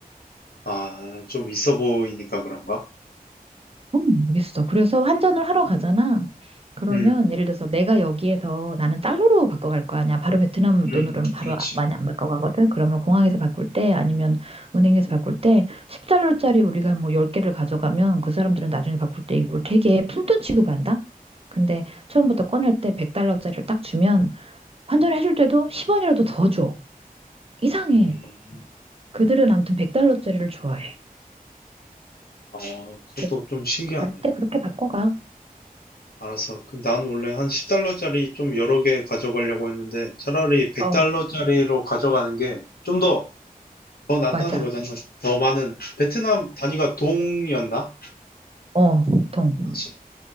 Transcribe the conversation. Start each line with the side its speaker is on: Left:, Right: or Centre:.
Left: 아, 좀 있어 보이니까 그런가?
Right: 어, 모르겠어. 그래서 환전을 하러 가잖아. 그러면
Left: 음,
Right: 예를 들어서 내가 여기에서 나는 달러로 바꿔갈 거 아니야. 바로 베트남
Left: 음,
Right: 돈으로는 바로
Left: 그렇지.
Right: 많이 안 바꿔가거든. 그러면 공항에서 바꿀 때 아니면 은행에서 바꿀 때 10달러짜리 우리가 뭐 10개를 가져가면 그 사람들은 나중에 바꿀 때 이걸 되게 푼돈 취급한다. 근데 처음부터 꺼낼 때 100달러짜리를 딱 주면 환전을 해줄 때도 10원이라도 더 줘. 이상해.
Left: 음,
Right: 그들은 아무튼 100달러짜리를 좋아해.
Left: 아, 그것도
Right: 그래서
Left: 좀 신기하네.
Right: 갈 때 그렇게 바꿔가.
Left: 알았어. 그, 난 원래 한 10달러짜리 좀 여러 개 가져가려고 했는데, 차라리 100달러짜리로
Right: 어,
Left: 가져가는 게 좀 더, 더 낫다는
Right: 맞아.
Left: 거잖아. 더 많은, 베트남 단위가 동이었나?
Right: 어, 보통.
Left: 맞지?